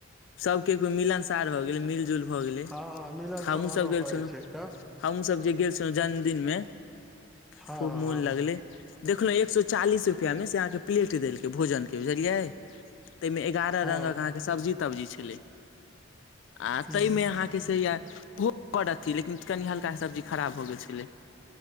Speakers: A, on the left (about 65°); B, in the centre.
A: सबके एगो मिलनसार भ गेलै मिलजुल भऽ गेलै
B: हँ मिलन
A: हमहू
B: समारोह
A: सभ गेल
B: भऽ
A: छलहुँ
B: जाइ छै एकटा
A: हम सब जे गेल छलहुँ जन्मदिन मेँ
B: हँ
A: खूब
B: हँ
A: मोन
B: हँ
A: लगले देखलहुँ एक सौ चालीस रुपआ मे से अहाँ के प्लेट देलक भोजन के बुझलियै ताहि मे एगारह
B: हँ
A: रंगक अहाँके सब्जी तब्जी छलय आ
B: ह
A: ताहि मे अहाँके से य ओहो कर अथि लेकिन कनि हल्का सब्जी खराब हो गेल छलै